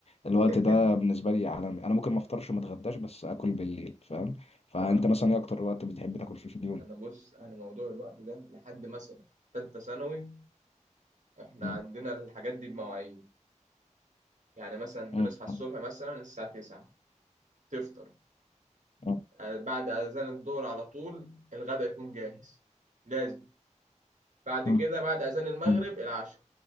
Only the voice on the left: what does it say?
الوقت
ده بالنسبة لي عالمي أنا ممكن ما أفطرش وما أتغداش بس أكل بالليل فاهم فأنت
مثلا إيه أكتر وقت بتحب تاكل فيه في اليوم؟
مم.
مم.
مم.
مم.
مم.